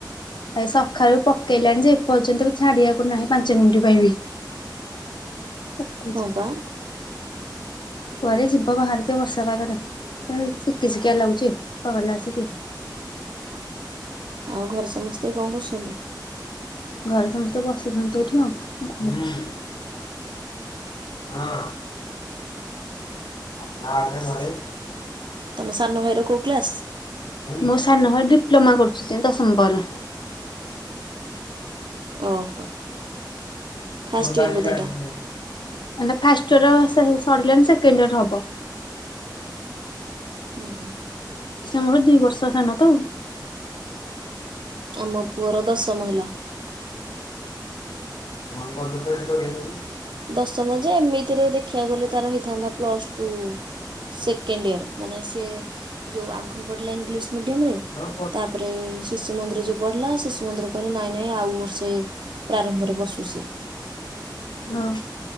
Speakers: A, on the left (about 80°); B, on the right (about 85°).
A: ଆ ସକାଳୁ ବି ପକେଇଲାଣି ଯେ, ଏପର୍ଯ୍ୟନ୍ତ ବି ଛାଡିବାକୁ ନାହିଁ ପାଞ୍ଚ ମିନିଟ ପାଇଁ ବି <unintelligible> ପକଉଛି।
B: ହଁ ପା।
A: କୁଆଡେ ଯିବ ବାହରିଚ ଏଇ ବର୍ଷା ପାଗରେ, ଖାଲି ଶିଖି ଶିଖିଆ ଲାଗୁଚି, <unintelligible> ଆସିକି
B: ଆଉ ଘରେ ସମସ୍ତେ କଣ କରୁଛନ୍ତି?
A: ଘରେ ସମସ୍ତେ ବସିଛନ୍ତି ଏଠି ଆଉ ହଁ, ନା <unintelligible> ଘରେ
B: ତମ ସାନ ଭାଇର କଉ କ୍ଲାସ?
A: ମୋ ସାନ ଭାଇ ଡିପ୍ଲୋମା କରୁଚି ଦଶମ ପରେ।
B: ଓହୋ ଫାଷ୍ଟ
A: ସୋମବାର
B: ଇୟର ବୋଧେ
A: ସିକି
B: ଏଇଟା।
A: ଆସିଥିବ। ମାନେ ଫାଷ୍ଟ ଇଅର ସବୁ ସରିଲାଣି, ସେକଣ୍ଡ ଇଅର ହବ।
B: ହୁଁ।
A: ସେ ମର ଦିଇ ବର୍ଷ ସାନ ତ ଆ
B: ଆମ ପୁଅର ଦଶମ ହେଲା।
A: <unintelligible>
B: ଦଶମ ଯେ, ଏମିତିରେ ଦେଖିବାକୁ ଗଲେ ତାର ହେଇଥାନ୍ତା ପ୍ଲସ ଟୁ ସେକେଣ୍ଡ ଇୟର, ମାନେ ସିଏ ଯୋଉ ଆଗ ପଢିଲା ଇଂଲିଶ ମିଡିୟମ ରେ,
A: ହଁ।
B: ତାପରେ ଶିଶୁ ମନ୍ଦିର ଯୋଉ ପଢିଲା ମନ୍ଦିର କହିଲେ ନାଇଁ ନାଇଁ ଆଉ ବର୍ଷେ ପ୍ରାରମ୍ଭରେ ବସୁ ସିଏ।
A: ହଁ।